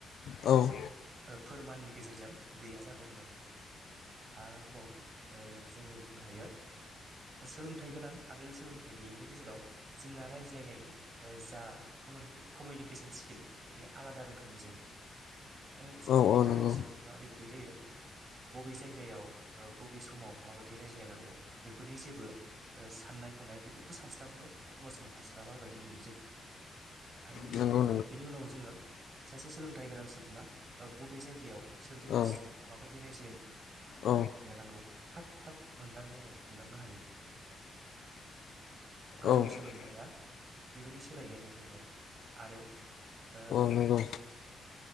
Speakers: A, on the left; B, on the right.
A: औ।
B: ओ फोरमाननि गेजेरजों गैया जाबोदों आरो। आरोबाव ओ जोङो बुंनो हायो सोलोंथाइ गोनां आरो सोलोंथाइ गैयैनि गेजेराव जोंना रायज्लायनायनि ओ जा कमिनि कमिनिकेसन स्किल बे आलादा रो खोमनि जायो ओ सासे
A: औ
B: लेखा
A: औ
B: रोङि सुबुङा ओरैबायदि जायो बबे जायगायाव ओ बबे समाव माबायदि रायज्लायनांगौ बेफोरनि जेबो ओ साननाय हनाय बेफोरखौ सानस्लाबनो एखमबा समाव हास्लाबा बायदि नुयो जों। आरो बिदि
A: नंगौ
B: गै
A: नंगौ
B: बिनि उनाव जोङो सासे सोलोंथाइ गोनां सुबुङा ओ बबे जायगायाव सोरदि
A: औ
B: मानसिजों माबादि रायज्लाय
A: औ
B: नो नांगौ थाब थाब मोनदाङो आरो हमदांनो हायो। गोजौ
A: औ
B: सोलों थाया बेबायदि सोलायनाय लाबोयो आरो। आरो ओ
A: नोंगौ।